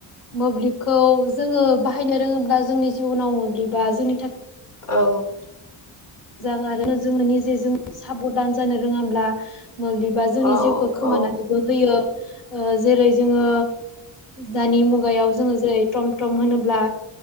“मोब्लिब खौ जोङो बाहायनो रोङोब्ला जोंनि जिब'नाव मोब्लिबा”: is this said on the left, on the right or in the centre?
Left